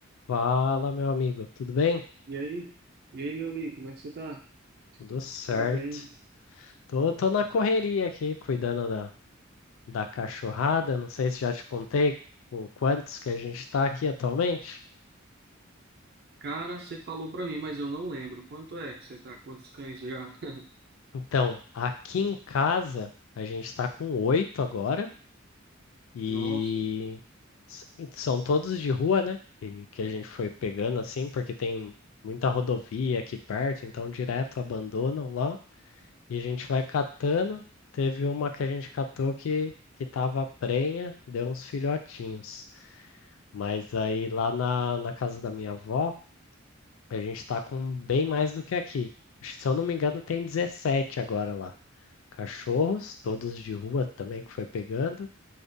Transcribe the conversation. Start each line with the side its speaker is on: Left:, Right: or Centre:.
Left: Fala, meu amigo, tudo bem?
Right: E aí? E aí, meu amigo, como é que você tá?
Left: Tudo certo.
Right: Tudo bem?
Left: Tô, tô na correria aqui, cuidando da, da cachorrada. Não sei se já te contei com quantos que a gente tá aqui atualmente.
Right: Cara, você falou pra mim, mas eu não lembro. Quanto é que você tá? Quantos cães já? <laughs>
Left: Então, aqui em casa, a gente tá com oito agora e
Right: Nossa,
Left: s- e são todos de rua, né? Que, que a gente foi pegando assim, porque tem muita rodovia aqui perto, então direto abandonam lá. E a gente vai catando. Teve uma que a gente catou que, que tava prenha, deu uns filhotinhos. Mas aí lá na, na casa da minha avó, a gente tá com bem mais do que aqui. Acho que, se eu não me engano, tem 17 agora lá. Cachorros, todos de rua também que foi pegando,